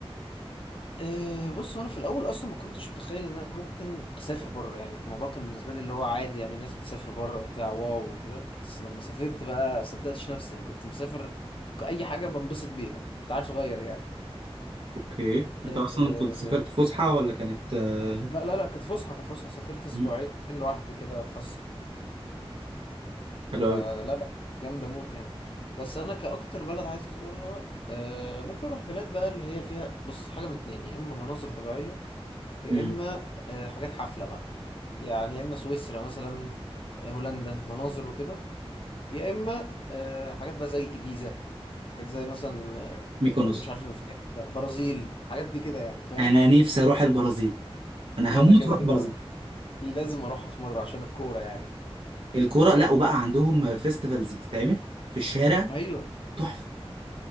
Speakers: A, on the left (about 60°); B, on the right (about 60°).
A: آه بص هو انا في الاول اصلا ما كنتش متخيل ان انا ممكن اسافر بره يعني الموضوع كان بالنسبه لي اللي هو عادي يعني الناس بتسافر بره وبتاع واو وكده بس لما سافرت بقى ما صدقتش نفسي يعني كنت مسافر اي حاجه بنبسط بيها كنت عيل صغير يعني
B: اوكي انت
A: آه
B: اصلا كنت سافرت فسحه ولا كانت آه،
A: لا لا لا كانت فسحه كانت فسحه سافرت اسبوعين
B: مم.
A: لوحدي كده اتفسح
B: حلو قوي
A: لا لا جامدة موت يعني بس أنا كأكتر بلد عايز أزورها آه، ممكن أروح بلاد بقى اللي هي فيها بص حاجة من اتنين يا إما مناظر طبيعية يا
B: مم.
A: إما آه، حاجات حفلة بقى يعني يا إما سويسرا مثلا هولندا مناظر وكده يا إما آه، حاجات بقى زي إبيزا حاجات زي مثلا آه،
B: ميكونوس
A: ممكن مش عارف يبقى فيها حفلة. برازيل حاجات دي كده يعني فاهم
B: انا نفسي اروح البرازيل انا
A: وأنا
B: هموت
A: كده
B: واروح
A: كده
B: البرازيل
A: لازم أروحها في مرة عشان الكورة يعني
B: الكوره لا وبقى عندهم فيستيفالز بتتعمل في الشارع
A: أيوه
B: تحفه